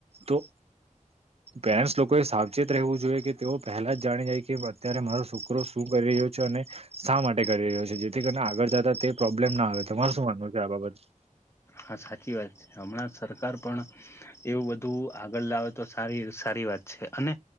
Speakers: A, on the right (about 50°); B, on the left (about 20°).
A: તો પેરસ લોક કોઈ સાવચેત રહેવું જોઈએ કે તેઓ પહેલા જ જાણી જાય કે અત્યારે મારો શુક્રો શું કરી રહ્યો છે અને શા માટે કરી રહ્યો છે. જેથી કરીને આગળ જતા તે પ્રોબ્લેમ ના આવે. તમારે શું માનવું છે આ બાબત?
B: હા સાચી વાત છે, હમણાં સરકાર પણ એવું બધું આગળ લાવે તો સારી સારી વાત છે અને